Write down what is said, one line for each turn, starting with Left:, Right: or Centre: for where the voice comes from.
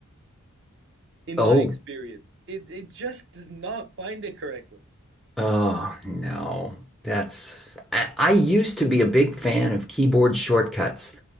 Right: In
Centre: oh
Right: my experience, it it just does not find it correctly.
Centre: oh no. That's I, I used to be a big fan of keyboard shortcuts,